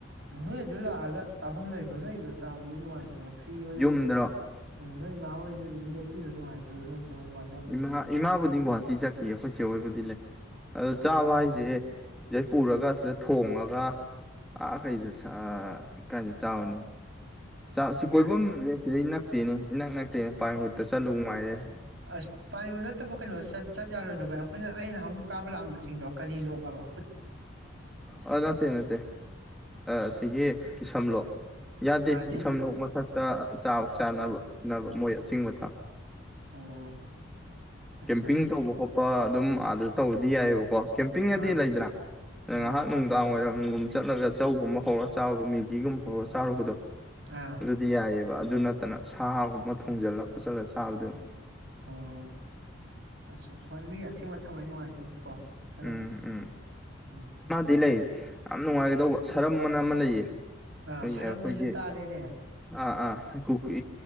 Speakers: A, on the right; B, in the centre.
A: ꯅꯣꯏ ꯑꯗꯨ ꯂꯥꯛꯑꯒ ꯆꯥꯐꯝ ꯂꯩꯕꯔ ꯅꯣꯏꯗꯨꯗ ꯆꯥꯕꯗꯤ ꯅꯨꯡꯉꯥꯏꯇꯦ ꯀꯩꯅꯣ ꯐ꯭ꯔꯤ ꯑꯣꯏ
B: ꯌꯨꯝꯗꯔꯣ
A: ꯑꯣꯏꯗꯦ ꯎꯝ ꯅꯣꯏ ꯃꯥ ꯍꯣꯏ ꯃꯤ ꯌꯦꯠꯄꯤꯔ ꯅꯨꯡꯉꯥꯏꯇꯦ ꯅꯣꯏ ꯍꯣꯏ ꯋꯥꯖꯕꯗꯣ
B: ꯏꯃꯥ ꯏꯃꯥꯕꯨꯗꯤ ꯒꯣꯍꯥ ꯇꯤ ꯆꯠꯈꯤ ꯑꯩꯈꯣꯏ ꯍꯣꯏꯕꯨꯗꯤ ꯂꯩ ꯑꯗꯨ
A: ꯑꯣ
B: ꯆꯥꯕ ꯍꯥꯏꯁꯦ <unintelligible> ꯄꯨꯔꯒ ꯁꯤꯗ ꯊꯣꯡꯉꯒ ꯑꯥ ꯀꯩꯗ ꯀꯥꯏꯁꯨ ꯆꯥꯎꯔꯅꯤ ꯆꯥꯁꯤ
A: ꯌꯥꯏ
B: ꯀꯣꯏꯕꯝ ꯔꯦꯁꯇꯨꯔꯦꯟ ꯅꯛ <unintelligible> ꯄꯥꯏꯍꯨꯠꯇ ꯆꯠꯂꯨ ꯃꯥꯏꯔꯦ
A: ꯑꯁ ꯄꯥꯃ ꯅꯠꯇꯕ ꯀꯩꯅꯣ ꯆꯠ ꯆꯠ ꯌꯥꯔꯣꯏꯗ꯭ꯔ ꯕꯥꯏ ꯑꯩꯈꯣꯏꯅ ꯑꯩꯅ ꯅꯍꯨꯛ ꯀꯥꯕ ꯂꯥꯛꯑꯝꯕ ꯁꯤꯡꯗꯣ ꯀꯔꯤ ꯂꯣꯛꯑꯕ
B: ꯑ ꯅꯠꯇꯦ ꯅꯠꯇꯦ ꯑꯁꯤꯒꯤ ꯏꯁꯝꯂꯣ ꯌꯥꯗꯦ
A: ꯑ ꯂꯤ
B: ꯏꯁꯝ ꯂꯣꯛ ꯃꯊꯛꯇ ꯆꯥꯎ <unintelligible> ꯃꯣꯏ ꯑꯆꯤꯡꯕ <unintelligible>
A: ꯑꯣ ꯑꯆꯥ
B: ꯀꯦꯝꯄꯤꯡ ꯇꯧꯕ ꯈꯣꯠꯄ ꯑꯗꯨꯝ ꯑꯗꯨ ꯇꯧꯕꯗꯤ ꯌꯥꯏꯑꯕꯀꯣ ꯀꯦꯝꯄꯤꯡ ꯑꯥꯏꯗꯤ
A: ꯑꯥ
B: ꯂꯩꯗꯅ <unintelligible>
A: ꯑꯥ
B: ꯅꯨꯡꯗꯥ ꯋꯥꯏꯔꯝꯒꯨꯝꯕ ꯆꯠꯂꯒ ꯆꯧꯒꯨꯝꯕ ꯍꯧꯔ ꯆꯥꯔꯨꯕ ꯃꯤꯜꯒꯤꯒꯨꯝꯕ ꯍꯧꯔ ꯆꯥꯔꯨꯕꯗꯣ
A: ꯑꯥ
B: ꯑꯗꯨꯗꯤ ꯌꯥꯏꯌꯦꯕ꯫ ꯑꯗꯨ ꯅꯠꯇꯅ ꯁꯥꯒꯨꯝꯕ ꯊꯣꯡꯖꯤꯜꯂ ꯈꯣꯠꯆꯜꯂ ꯁꯥꯕꯗꯨ
A: ꯑꯣ ꯑꯠꯁ ꯍꯣꯏ ꯃꯤ ꯑꯊꯤꯡꯕ ꯊꯝꯅꯤꯅ ꯅꯨꯡꯉꯥꯏꯇꯦꯗ ꯀꯣ ꯈꯔ
B: ꯎꯝ ꯎꯝ
A: ꯎꯝ
B: <inaudible> ꯌꯥꯝ ꯅꯨꯡꯉꯥꯏꯒꯗꯧꯕ ꯁꯔꯝꯑꯅ ꯑꯃ ꯂꯩꯌꯦ
A: ꯑ
B: ꯑꯩꯈꯣꯏꯒꯤ
A: ꯁꯔꯝꯗꯖꯨ
B: ꯑꯩꯈꯣꯏꯒꯤ
A: ꯇꯥꯔꯦꯅꯦ
B: ꯑꯥ ꯑꯥ ꯀꯨꯀꯤ